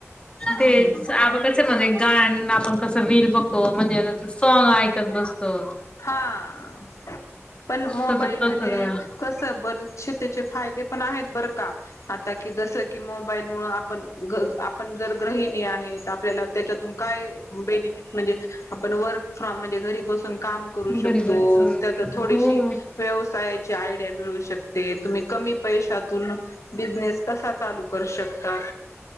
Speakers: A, on the left; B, on the left.
A: हम्म
B: तेच आपण कसं म्हणजे गाणं आपण कसं रिल्स बघतो म्हणजे सॉंग ऐकत बसतो.
A: हा पण मोबाईल
B: सतत तसच
A: मध्ये- कसं बरेशे त्याचे फायदे पण आहेत बरं का? आता की जस की मोबाईल मुळे आपण आपण ग जर गृहिणी आहेत, आपल्याला त्याच्यातून- काय बेनफिट म्हणजे आपण वर्क फ्रॉम म्हणजे घरी बसून- काम करू शकतो,
B: घरी बसून
A: त्यात थोडीशी
B: हो
A: व्यवसायाची आयडिया मिळू शकते, तुम्ही कमी- पैशातून बिझनेस कसा चालू करू शकतात.